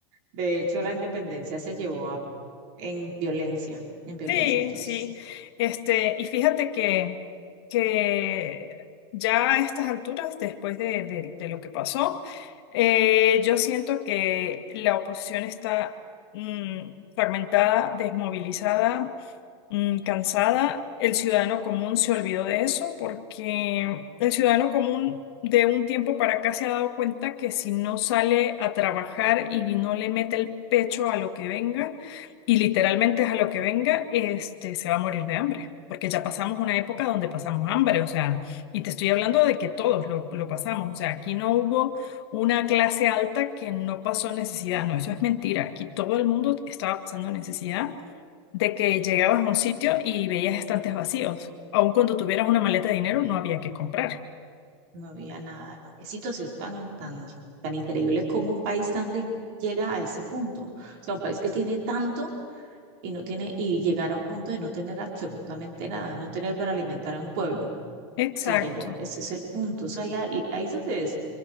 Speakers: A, on the right; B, on the left.
A: de hecho la independencia se llevó a, en violencia, en violencia,
B: Sí,
A: entonces
B: sí. Este, y fíjate que, que ya a estas alturas, después de, de- de lo que pasó, eh, yo siento que la oposición está mm, fragmentada, desmovilizada mm, cansada. El ciudadano común se olvidó de eso porque el ciudadano común de un tiempo para acá se ha dado cuenta que si no sale a trabajar y no le mete el pecho a lo que venga, y literalmente es a lo que venga, este, se va a morir de hambre. Porque ya pasamos una época donde pasamos hambre, o sea, y te estoy hablando de que todos lo, lo pasamos, o sea, aquí no hubo una clase alta que no pasó necesidad, no, eso es mentira, aquí todo el mundo estaba pasando necesidad de que llegabas a un sitio y veías estantes vacíos. Aun cuando tuvieras una maleta de dinero, no había que comprar.
A: no había nada, ¿no? Qué situación tan, tan, tan increíble como un país tan rico llega a ese punto, o sea, un país que tiene tanto y no tiene, y llegar a un punto de no tener absolutamente nada, no tener para alimentar a un pueblo. O
B: Exacto.
A: sea, llegó, ese es el punto. O sea, la- y ahí es donde es.